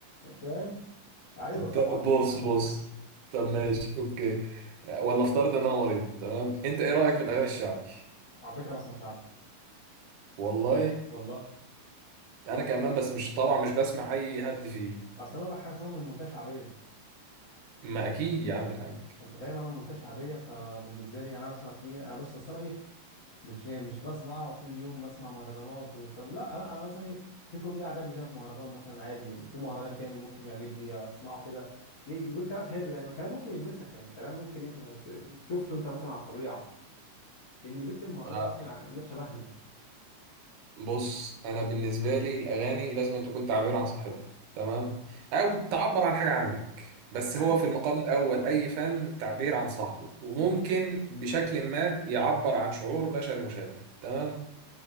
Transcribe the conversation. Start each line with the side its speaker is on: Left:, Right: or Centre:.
Left: فاهم ايوه طبعا
Right: طب بص
Left: انت
Right: بص طب ماشي اوكي آه، ولا افترض ان انا مريض تمام انت ايه رأيك في الاغاني الشعبي
Left: على فكره بسمع شعبي
Right: والله
Left: والله
Right: انا كمان بس مش طبعا مش بسمع اي هبد فيه
Left: اصل انا اقول لك حاجه أصل انا من منطقه شعبيه
Right: ما اكيد يا عم الحاج
Left: انت فاهم انا من منطقه شعبيه فبالنسبه لي انا اصلا في أنا بص بس انا ايه مش مش بس بقى طول اليوم بسمع مهرجانات والكلام لا لا انا مثلا ايه في كوبليه عجبني كده في مهرجان مثلا عادي في مهرجان كامل ممكن يعجبني اسمعه كده تلاقيه بيقول كلام حلو يعني كلام ممكن يلمسك يعني كلام ممكن انت تت- شفته انت مثلا على الطبيعه لان اللي بيكتب المهرجان
Right: آه،
Left: ده اصلا ناس شبهنا
Right: بص انا بالنسبه لي الاغاني لازم تكون تعبير عن صاحبها تمام او تعبر عن حاجه عنك بس
Left: يا
Right: هو
Left: عم
Right: في المقام الاول اي فن تعبير عن صاحبه وممكن بشكل ما يعبر عن شعور بشري مشابه تمام